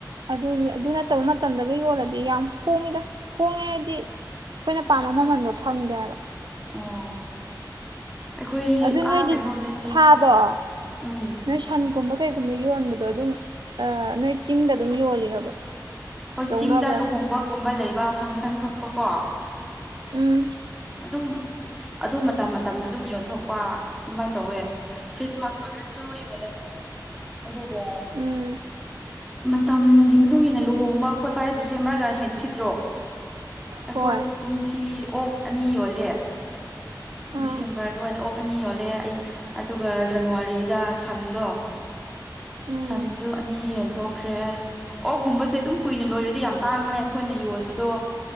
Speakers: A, on the right; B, in the centre.
A: ꯑꯗꯨ ꯑꯗꯨ ꯅꯠꯇꯕ ꯃꯇꯝꯗꯒ ꯌꯣꯜꯂꯗꯤ ꯌꯥꯝ ꯍꯣꯡꯉꯤꯗ ꯍꯣꯡꯉꯦ ꯍꯥꯏꯗꯤ ꯑꯩꯈꯣꯏꯅ ꯄꯥꯝꯕ ꯃꯃꯟꯗꯣ ꯐꯪꯗꯦꯕ
B: ꯑꯣ ꯑꯩꯈꯣꯏ
A: ꯑꯗꯨ ꯅꯣꯏꯗꯤ
B: ꯑꯥ ꯀꯩꯅꯣꯗꯗꯤ
A: ꯁꯥꯗꯣ
B: ꯎꯝ
A: ꯅꯣꯏ ꯁꯟꯒꯨꯝꯕ ꯀꯩꯒꯨꯝꯕ ꯌꯣꯟꯕꯗꯣ ꯑꯗꯨꯝ ꯅꯣꯏ ꯆꯤꯡꯗ ꯑꯗꯨꯝ ꯌꯣꯜꯂꯤꯔꯕ
B: ꯍꯣꯏ
A: ꯂꯧꯅꯕ꯭ꯔꯕ
B: ꯆꯤꯡꯗ ꯂꯨꯍꯣꯡꯕꯒꯨꯝꯕ ꯂꯩꯕ ꯐꯪꯁꯟ ꯊꯣꯛꯄ ꯀꯣ
A: ꯎꯝ
B: ꯑꯗꯨꯝ ꯑꯗꯨ ꯃꯇꯝ ꯃꯇꯝꯗ ꯑꯗꯨꯝ ꯌꯣꯟꯊꯣꯛꯄ ꯑꯗꯨꯃꯥꯏꯅ ꯇꯧꯋꯦ ꯈ꯭ꯔꯤꯁꯃꯥꯁ ꯑꯣꯏꯔꯁꯨ ꯌꯣꯜꯂꯅꯤ ꯑꯗꯨꯒ
A: ꯎꯝ
B: ꯃꯇꯝꯒꯤ ꯃꯇꯨꯡ ꯏꯟꯅ ꯂꯨꯍꯣꯡꯕ ꯈꯣꯠꯄ ꯍꯥꯏ ꯗꯤꯁꯦꯝꯕꯔꯒ ꯍꯦꯟ ꯁꯤꯠꯇ꯭ꯔꯣ ꯑꯩꯈꯣꯏ
A: ꯍꯣꯏ
B: ꯀꯨꯝꯁꯤ ꯑꯣꯛ ꯑꯅꯤ ꯌꯣꯜꯂꯦ
A: ꯑꯥ
B: ꯗꯤꯁꯦꯝꯕꯔ ꯑꯗꯨꯋꯥꯏꯗ ꯑꯣꯛꯅꯤ ꯌꯣꯜꯂꯦ ꯑꯩ ꯑꯗꯨꯒ ꯖꯅꯋꯥꯔꯤꯗ ꯁꯟꯗꯣ
A: ꯎꯝ
B: ꯁꯟꯁꯨ ꯑꯅꯤ ꯌꯣꯟꯊꯣꯛꯈ꯭ꯔꯦ ꯑꯣꯒꯨꯝꯕꯁꯦ ꯑꯗꯨꯝ ꯀꯨꯏꯅ ꯂꯣꯏꯔꯗꯤ ꯌꯥꯝ ꯇꯥꯡꯕꯅꯦ ꯑꯩꯈꯣꯏꯅ ꯌꯣꯟꯕꯗꯣ